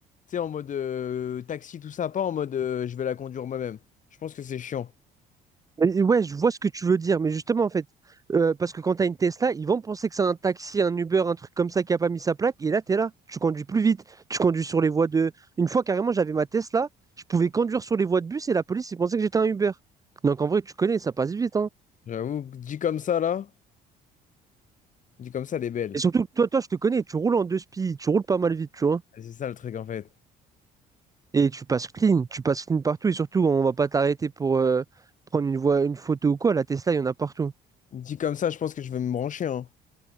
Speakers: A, on the left (about 50°); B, on the right (about 20°).
A: tu sais, en mode euh, taxi, tout ça, pas en mode euh, je vais la conduire moi-même. Je pense que c'est chiant.
B: Et- Ouais, je vois ce que tu veux dire, mais justement, en fait, euh, parce que quand tu as une Tesla, ils vont penser que c'est un taxi, un Uber, un truc comme ça qui a pas mis sa plaque, et là, tu es là, tu conduis plus vite, tu conduis sur les voies de... Une fois, carrément, j'avais ma Tesla, je pouvais conduire sur les voies de bus, et la police, ils pensaient que j'étais un Uber. Donc, en vrai, tu connais, ça passe vite, hein.
A: J'avoue, que dit comme ça là, dit comme ça, elle est belle.
B: Et surtout, toi, toi, je te connais, tu roules en deux spies, tu roules pas mal vite, tu vois.
A: Et C'est ça le truc en fait.
B: Et tu passes clean, tu passes clean partout, et surtout, on va pas t'arrêter pour euh, prendre une voie, une photo ou quoi, la Tesla, il y en a partout.
A: Dit comme ça, je pense que je vais me brancher, hein.